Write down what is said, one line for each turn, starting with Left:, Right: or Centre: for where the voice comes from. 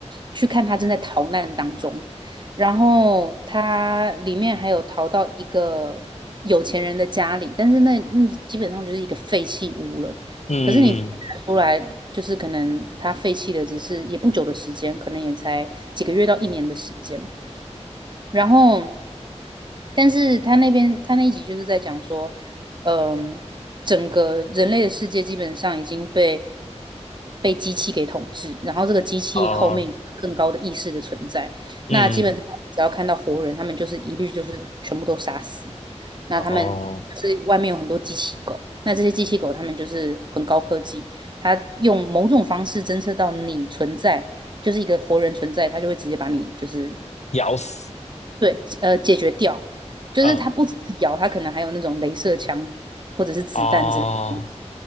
Right: 去看他正在逃难当中，然后他里面还有逃到一个有钱人的家里，但是那那基本上就是一个废弃屋了。
Left: 嗯嗯
Right: 可是你看得出来，就是可能他废弃的只是也不久的时间，可能也才几个月到一年的时间。然后，但是他那边他那一集就是在讲说，嗯，整个人类的世界基本上已经被被机器给统治，然后这个机器后面有更高的意识的存在，
Left: 哦嗯
Right: 那基本上只要看到活人，他们就是一律就是全部都杀死。那他们是外面有很多机器狗，
Left: 哦
Right: 那这些机器狗他们就是很高科技，它用某种方式侦测到你存在，就是一个活人存在，它就会直接把你就是
Left: 咬死
Right: 对，呃，解决掉，就是它不只是咬，
Left: 嗯
Right: 它可能还有那种镭射枪或者是子弹之类的。
Left: 哦